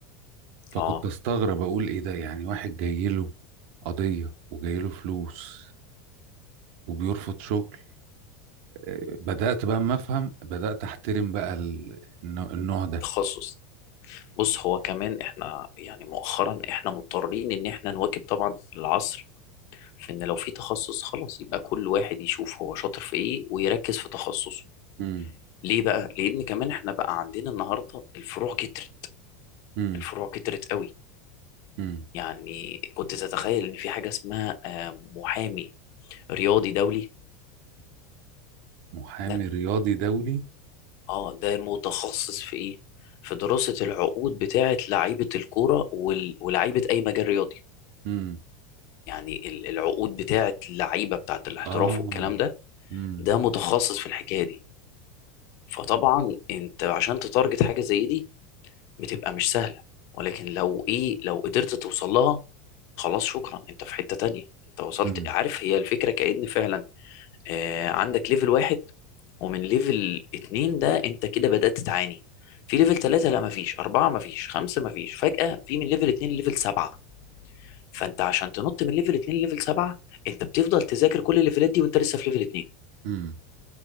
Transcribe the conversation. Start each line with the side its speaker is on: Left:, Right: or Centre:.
Right: فكنت
Left: اه
Right: استغرب اقول ايه ده يعني واحد جاي له قضيه وجاي له فلوس وبيرفض شغل آه، بدات بقى اما افهم بدات احترم بقى ال- النوع النوع ده
Left: تخصص بص هو كمان احنا يعني مؤخرا احنا مضطرين ان احنا نواكب طبعا العصر في ان لو في تخصص خلاص يبقى كل واحد يشوف هو شاطر في ايه ويركز في تخصصه
Right: امم
Left: ليه بقى لان كمان احنا بقى عندنا النهارده الفروع كترت
Right: امم
Left: الفروع كترت قوي
Right: امم
Left: يعني كنت تتخيل ان في حاجه اسمها آه، محامي رياضي دولي
Right: محامي
Left: لا
Right: رياضي دولي
Left: اه ده متخصص في ايه في دراسه العقود بتاعه لعيبه الكوره وال- ولاعيبه اي مجال رياضي
Right: امم
Left: يعني ال- العقود بتاعه اللعيبه بتاعه الاحتراف
Right: اه
Left: والكلام ده
Right: امم
Left: ده متخصص في الحكايه دي فطبعا انت عشان تتارجت حاجه زي دي بتبقى مش سهله ولكن لو ايه لو قدرت توصل لها خلاص شكرا انت في حته تانية انت وصلت
Right: امم
Left: عارف هي الفكره كأن فعلا آه عندك ليفل واحد ومن ليفل اتنين ده انت كده بدأت تعاني في ليفل تلاتة لا مفيش أربعة مفيش خمسة مفيش فجأة في من ليفل اتنين ليفل سبعة فانت عشان تنط من ليفل 2 لليفل 7 انت بتفضل تذاكر كل الليفلات دي وانت لسه في ليفل 2
Right: امم